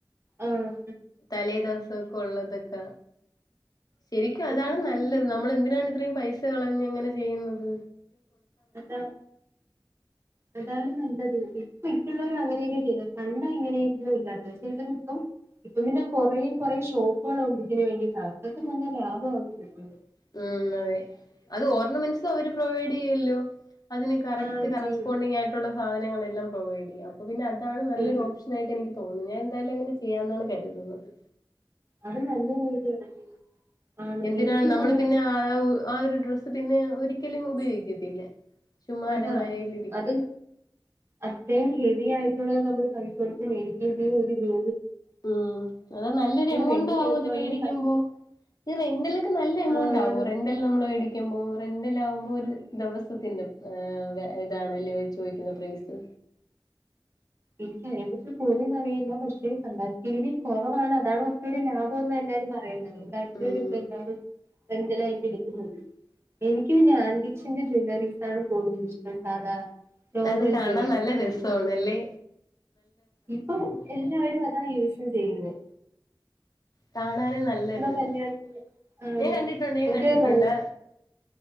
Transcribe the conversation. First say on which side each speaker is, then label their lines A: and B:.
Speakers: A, on the right; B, on the left.
A: ആഹ
B: തലേദിവസം- ക്കൊള്ളതെക്ക ശരിക്കും
A: പക്ഷെ
B: അതാണ്
A: ഇപ്പൊ
B: നല്ലത്
A: ഇങ്ങനെ
B: നമ്മളെന്തിനാണ് ഇത്രയും പൈസ സ കളഞ്ഞങ്ങനെ ചെയ്യ്ന്നത്
A: അതാ അതാണ് നല്ലത് മിക്കള്ളവരും അങ്ങനെയൊക്കെയാ ചെയ്യ്ന്നെ പണ്ടാ ഇങ്ങനെയൊന്നും ഇല്ലത്തെ ഇപ്പം ഇപ്പം പിന്നെ കൊറേ കൊറേ ഷോപ്പുകൾ ഒണ്ട് ഇതിന് വേണ്ടിട്ട് അവർക്കൊക്കെ നല്ല ലാഭവുന്നെ
B: മ് അതെ അത് ഓർണമെന്റ്സും അവര് പ്രൊവൈഡ് ചെയ്യല്ലോ <inaudible> അതിന് കറക്റ്റ്
A: ആഹ്
B: കറസ്പോണ്ടിങ്ങായിട്ടുള്ള
A: ചെയ്യും
B: സാധനങ്ങളെല്ലാം പ്രൊവൈഡെയ്യ അപ്പൊ പിന്നെ അ അതാണ് നല്ലൊരു
A: ചെയ്യും
B: ഓപ്ഷനായിട്ടനിക്ക് തോന്നുന്നു ഞാൻ എന്തായാലും അങ്ങനെ ചെയ്യാന്നാണ് കര്തുന്നത്
A: അത് നല്ലൊരു ഐഡിയാണടീ ആണ്
B: എന്തിനാണ്
A: എനിക്കിപ്പൊ
B: നമ്മള്
A: ബ
B: പിന്നെ ആ <unintelligible> ആ ഒരു ഡ്രസ് പിന്നെ ഒരിക്കലും ഉപയോഗിക്കത്തില്ല ചുമ്മാ
A: അതാ
B: അലമാരയിൽ ഇരിക്കും
A: അത് അത്രയും ഹെവി ആയി ട്ടുള്ളത് നമ്മൾ പൈസ കൊടുത്ത് മേടിക്യേം ചെയ്യും ഒരു ഗ്രൂ
B: മ് അത് നല്ലൊരു എമൗണ്ട്
A: റെന്റിന്
B: ആവും
A: എടുക്കുവാണെങ്കിൽ
B: അത് വേടിക്കുമ്പോ
A: പൈസ
B: ഈ റെന്റലൊക്കെ നല്ല എമൗണ്ട്
A: ആണ്
B: ആവോ റെന്റല് നമ്മൾ വേടിക്കുമ്പോ റെന്റലാവുമ്പോ ഒരു ദെവസത്തിന്റെ ഏഹ് ഇത ഇതാണല്ലേ അവര് ചോദിക്കുന്നെ പ്രൈസ്
A: എനിക്കതിനെ കുറിച്ച് കൂടുതലറിയില്ല പക്ഷേ കമ്പാരിറ്റിവലി കൊറവാണ് അതാണ് കൊറ്ച്ചൂടി ലാഭം എന്ന എല്ലാരും പറയുന്നെ അത്ണ്ടാക്കിയോളിപ്പന്തായാലും
B: ഉം
A: റെന്റലായിട്ട് എടുക്ക്ന്നത് എനിക്ക് പിന്നെ ആന്റിക്ഷന്റെ ജ്വല്ലറീസാണ് കൂടുതലിഷ്ടം സാധാ നോർമൽ
B: അത് കാണാൻ
A: ജ്വല്ലറീസ്
B: നല്ല രസോണല്ലേ
A: ഇപ്പൊ എല്ലാരും അതാ യൂസും ചെയ്യ്ന്നേ
B: കാണാനും നല്ലൊരു രസ
A: കല്യാണത്തിന് ആണ്
B: ഞാൻ കണ്ടിട്ടുണ്ട് ഞാൻ
A: എനിക്ക്
B: കണ്ടിട്ടുണ്ട്
A: റോ